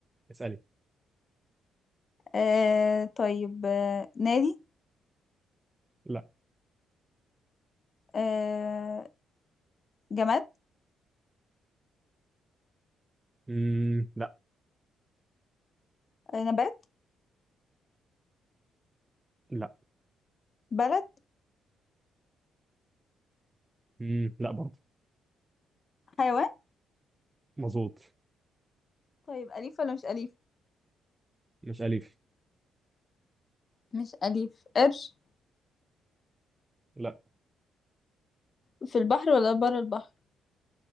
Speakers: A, on the right; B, on the left.
A: اسألي
B: آه طيب آه نادي
A: لا
B: آه جماد
A: مم. لا
B: آه نبات
A: لا
B: بلد
A: مم. لا برضه
B: حيوان
A: مظبوط
B: طيب اليف ولا مش اليف
A: مش أليف
B: مش اليف قرش
A: لا
B: في البحر ولا بره البحر